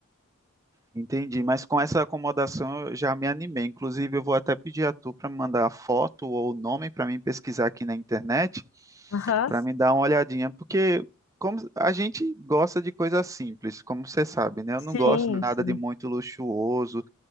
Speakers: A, on the right (about 15°); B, on the left (about 70°).
A: Entendi, mas com essa acomodação eu já me animei. Inclusive, eu vou até pedir a tu para me mandar a foto ou o nome para mim pesquisar aqui na internet,
B: Aham.
A: para me dar uma olhadinha, porque como a gente gosta de coisa simples, como você sabe, né? Eu
B: Sim,
A: não gosto de nada
B: sim,
A: de muito luxuoso,